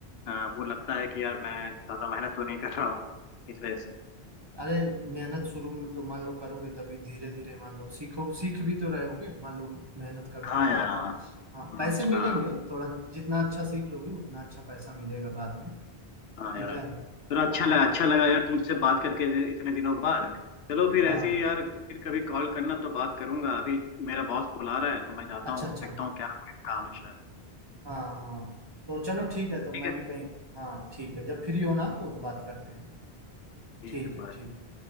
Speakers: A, on the left; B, on the right.
A: अ, वो लगता है कि यार मैं ज्यादा मेहनत तो नहीं कर रहा हूँ इस वजह से
B: अरे मेहनत शुरू में तो मान लो करोगे तभी धीरे धीरे मान लो सीखो सीख भी तो रहे होगे मान लो मेहनत करते
A: हाँ
B: हो
A: यार
B: काम
A: हाँ
B: हाँ
A: हम्म,
B: पैसे मिलेंगे
A: हाँ
B: थोड़ा जितना अच्छा सीख लोगे उतना अच्छा पैसा मिलेगा बाद में ठीक
A: हाँ यार
B: है
A: चलो अच्छा
B: हाँ
A: लगा अच्छा लगा यार तुमसे बात करके इतने दिनों बाद चलो फिर
B: हाँ
A: ऐसे ही यार फिर कभी कॉल करना तो बात करूंगा अभी मेरा बॉस बुला रहा है तो मैं जाता
B: अच्छा
A: हूँ
B: अच्छा
A: देखता हूँ क्या कोई काम है शायद
B: हाँ हाँ तो चलो ठीक है तब
A: ठीक
B: मैं
A: है
B: भी कहीं हाँ ठीक है जब फ्री हो ना तो बात करते हैं
A: ठीक
B: ठीक
A: है
B: है
A: bye।
B: ठीक